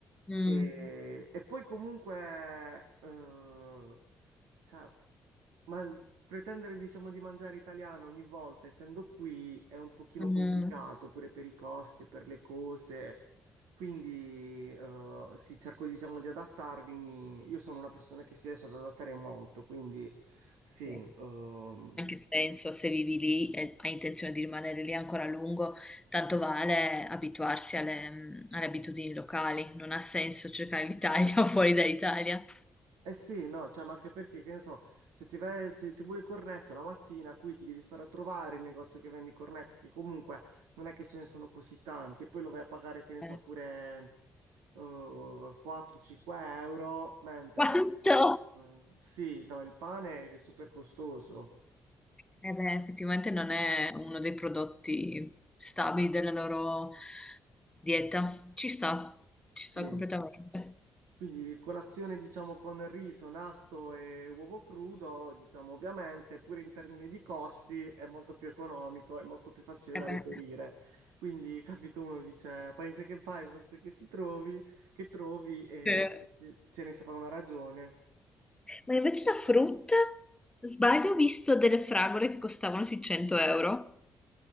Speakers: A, on the left; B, on the right.
A: Mm,
B: E, e poi comunque, eh, cioè, ma pretendere, diciamo, di mangiare italiano ogni volta, essendo qui, è un pochino
A: mm.
B: complicato pure per i costi e per le cose. Quindi, eh, sì, cerco, diciamo, di adattarmi. Io sono una persona che si riesce ad adattare molto, quindi sì,
A: Sì.
B: ehm,
A: Anche se, insomma, se vivi lì e hai intenzione di rimanere lì ancora a lungo, tanto vale abituarsi alle, mh, alle abitudini locali. Non ha senso cercare l'Italia <laughs> fuori dall'Italia.
B: Eh sì, no, cioè, ma anche perché, che ne so, se, ti vai- se, se vuoi il cornetto la mattina, qui ti devi stare a trovare il negozio che vende i cornetti, che comunque non è che ce ne sono così tanti, e poi lo vai a pagare, che ne so,
A: Eh,
B: pure eh, 4-5 euro, mentre
A: Quanto?
B: eh, sì, no, il pane è super costoso.
A: Eh beh, effettivamente non è uno dei prodotti stabili della loro dieta. Ci sta, ci
B: Sì.
A: sta completamente.
B: Quindi colazione diciamo con riso, natto e uovo crudo, diciamo ovviamente, pure in termini di costi è molto più economico, è molto più facile
A: Eh
B: da
A: beh.
B: reperire. Quindi, <laughs> capito, uno dice paese che vai, usanze che si trovi, che trovi e
A: Eh.
B: ci- ce ne si fa una ragione.
A: Ma invece la frutta, sbaglio, ho visto delle fragole che costavano sui 100 euro.